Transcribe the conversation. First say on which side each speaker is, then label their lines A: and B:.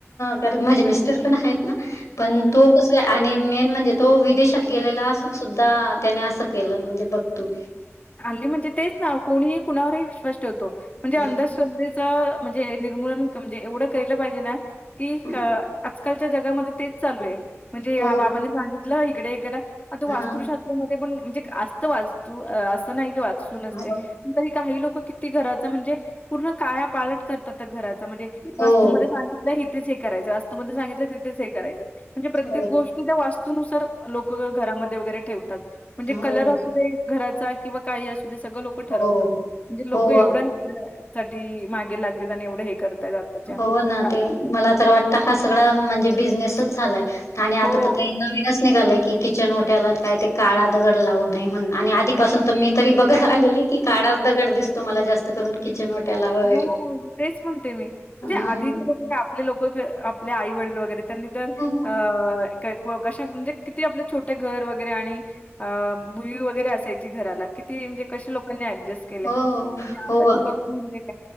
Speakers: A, on the left; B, on the left.
A: कारण माझे मिस्टर पण आहेत ना पण तो क आणि मेन म्हणजे तो विदेशात गेलेला असून सुद्धा त्याने असं केलं म्हणजे बघतू
B: आल्ली म्हणजे तेच ना कोणीही कुणावरही विश्वास ठेवतो म्हणजे अंधश्रधे
A: हं,
B: म्हणजे निर्मूलन म्हणजे एवढं कलं पाहिजे ना कि
A: हं.
B: आजकालच्या जगामध्ये तेच चालू आहे. म्हणजे
A: हो.
B: हा बाबानी सांगितलं इकडे तो वास्तुशास्त
A: हां.
B: पण म्हणजे असत वाचतू असं नाही की वाचू नसते.
A: हो.
B: तरी काही लोक किती घराच म्हणजे पूर्ण काया पालट करतात घराचा म्हणजे वास्तूमध्ये
A: हो.
B: सांगितलंय इथेच हे करायचं वास्तूमध्ये सांगितलं तिथेच हे करायचं म्हणजे प्रत्येक
A: हो.
B: गोष्ट त्या वास्तुनुसार लोक घरामध्ये वगैरे ठेवतात म्हणजे
A: हो.
B: कलर असुदे घराचा किंवा काही असू दे सगळं लोक ठरवतात
A: हो.
B: म्हणजे लोक
A: हो.
B: एवढं ह्याच्या साठी मागे लाग निदान एवढे हे करताय आताच्या
A: हो ना
B: काळात
A: ते मला तर वाटत हा सगळा म्हणजे बिझनेसच झालाय आणि आता
B: हो.
A: तर काय नवीन आत्ताच निघालय की किचन ओट्यालात काय ते काळा दगड लावू म्हण आणि आधीपासून तर मी तरी बघत आलेली की काडाप दगड दिसतो मला जास्त करून किचन ओट्याला वगैरे
B: हो, तेच म्हणते मी म्ह
A: हं.
B: जे आधीचे लोक काय आपले लोक आपल्या आई वडील वगैरे त्यांनी तर
A: हो,
B: अ कशा म्हणजे किती आपले छोटे घर वगैरे आणि अ बुई वगैरे असायची घराला किती म्हणजे कशे लोकांनी ऍडजस्ट केलं,
A: हो,
B: मी आता
A: हो,
B: केलोय म्हणू एक